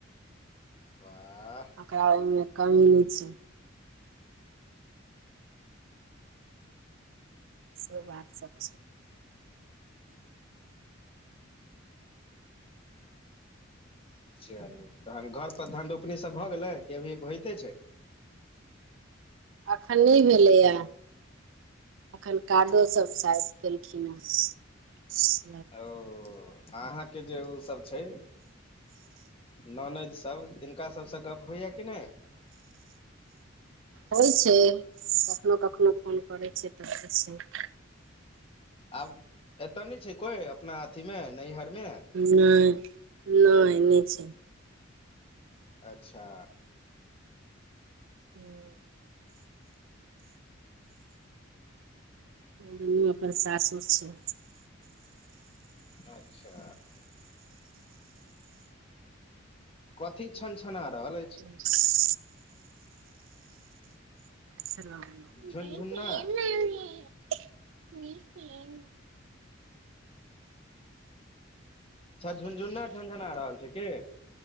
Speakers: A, on the left (about 30°); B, on the right (about 70°).
A: बाह
B: ओकरा ओहिमे कमी नहि छैय। से बात सब छैय।
A: चलू तहन घर पर धन रोपनी सब भऽ गेलै कि अभी होइते छैय।
B: एखन नहि भेलैया। एखन कादो सब शायद केलखिन हेँ।
A: ओ अहाँके जे उसब छैय ननैद सब तिनका सभसँ गप होइया कि नै?
B: होइ छैय कखनो कखनो फोन करै छैय तऽ होइ छैय।
A: आब एतऽ नहि छैय कोइ अपना अथीमे नैहरमे?
B: नई नई नई छैय।
A: अच्छा
B: ह दुनू अपन सासुर छैय।
A: अच्छा कथी छन छना रहल अछि?
B: <inaudible> <unintelligible>
A: झुनझुन्ना अच्छा झुनझुन्ना झुनझुना रहल छैय कि?